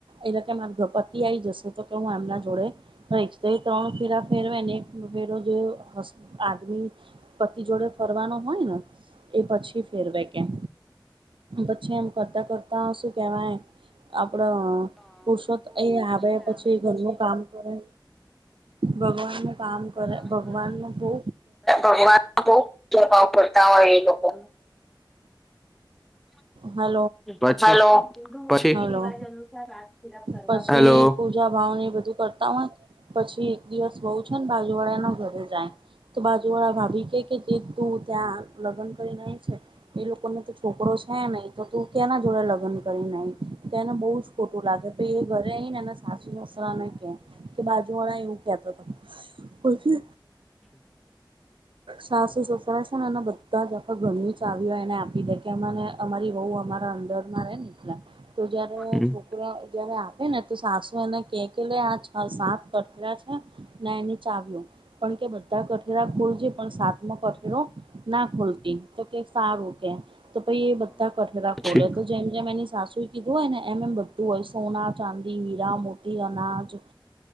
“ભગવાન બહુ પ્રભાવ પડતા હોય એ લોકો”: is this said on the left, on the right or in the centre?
Centre